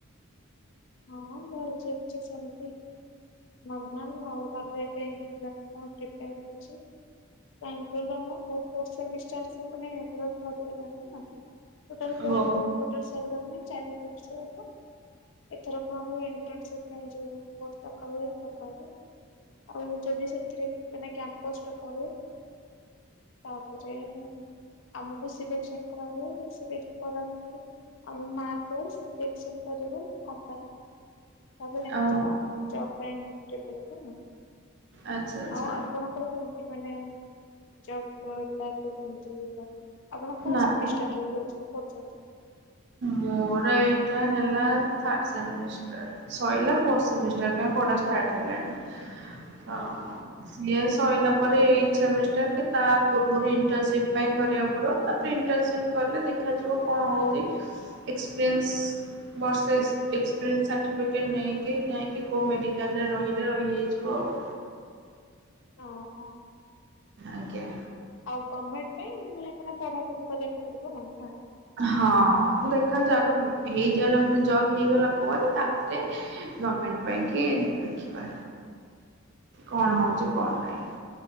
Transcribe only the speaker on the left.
ହଁ, ଭଲ ଚାଲିଛି ସେମିତି। ନର୍ମାଲ ଆଉ ତାପରେ ଏବେ ଏନଟ୍ରାନ୍ସ ପାଇଁ ପ୍ରିପେୟାର ହୋଉଛି। କାଇଁକିନା ମୋ ମୋର ଫୋର୍ଥ ସେମିଷ୍ଟାରସ ମାନେ ଏବେର ସରିଗଲା ନା। ଟୋଟାଲ୍ ହୋଲ୍
ଟୋଟାଲ୍ <unintelligible> ଏଥରକ ଆମେ ଇଣ୍ଟର୍ନସିପ ପାଇଁ ଯିବୁ। <unintelligible> ପକାଇବୁ ଆଉ ଯଦି ସେଥିରେ ମାନେ କ୍ୟାମ୍ପସ ଡକା ହୁଏ। ତାପରେ ଆମକୁ ସିଲେକ୍ସନ କରିବେ, ସିଲେକ୍ଟ କରାହେଇକି ଆମ ମାର୍କ ୱାଇଜ୍ ସିଲେକସନ୍ କରିବ କମ୍ପାନୀ। ତାପରେ ଏମିତି
ଆଉ ଜବ୍ ପାଇଁ <unintelligible>
ଆଉ ଆପଣଙ୍କର କେମିତି? କେମିତି ମାନେ ଜବ୍ ପାଉଛ କେମିତି ମାନେ? ଆପଣ କୋଉ
ସେମିଷ୍ଟାରରେ ପଢୁଛନ୍ତି?
ଓହୋ
ଓହୋ।
ଆଉ ଗର୍ମେଣ୍ଟ ପାଇଁ ମାନେ ମାନେ ପଢାପଢି କରିଆକୁ ପଡିବ ଆଉ।